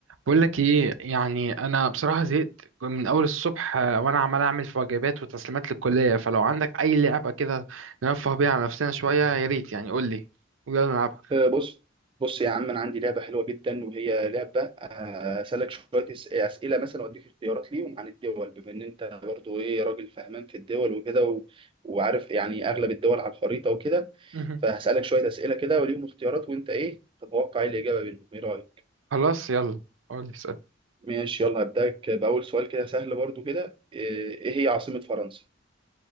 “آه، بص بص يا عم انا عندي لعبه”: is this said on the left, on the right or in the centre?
Right